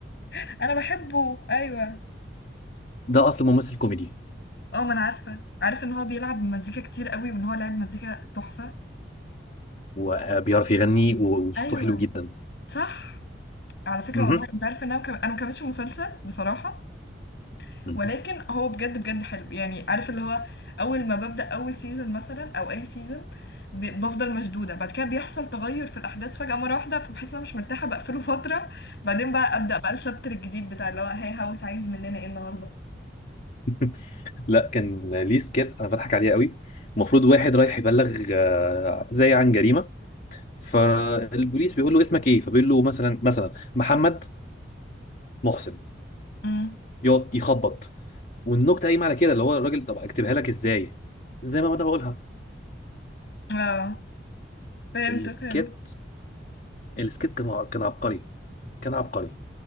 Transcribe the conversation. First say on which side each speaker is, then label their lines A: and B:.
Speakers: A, on the left; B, on the left.
A: انا بحبه ايوه
B: ده اصلا ممثل كوميدي
A: اه ما انا عارفه عارفه ان هو بيلعب مزيكا كتير قوي وان هو لاعب مزيكا تحفه
B: وبيعرف يغني وصوته
A: ايوه
B: حلو جدا
A: صح على فكره
B: مهم.
A: والله انت عارفه ان انا مكم... انا ما كملتش المسلسل بصراحه
B: مهم.
A: ولكن هو بجد بجد حلو يعني عارف اللي هو اول ما ببدأ اول سيزون مثلا او اي سيزون بفضل مشدودة بعد كده بيحصل تغير في الاحداث فجأة مرة واحدة فبحس ان انا مش مرتاحة بقفله <laughs> فترة بعدين بقى أبدأ بقى الشابتر الجديد بتاع اللي هو هاي هاوس عايز مننا ايه النهاردة
B: <laughs> لا كان ليه سكيت انا بضحك عليه قوي المفروض واحد رايح يبلغ آه، زي عن جريمه فالبوليس بيقول له اسمك ايه فبيقول له مثلا مثلا محمد محسن
A: امم
B: يقعد يخبط والنكته قايمه على كده اللي هو الراجل طب اكتبها لك ازاي زي ما انا بقولها
A: اه فهمت
B: السكيت
A: فهمت
B: السكيت كان ع- كان عبقري كان عبقري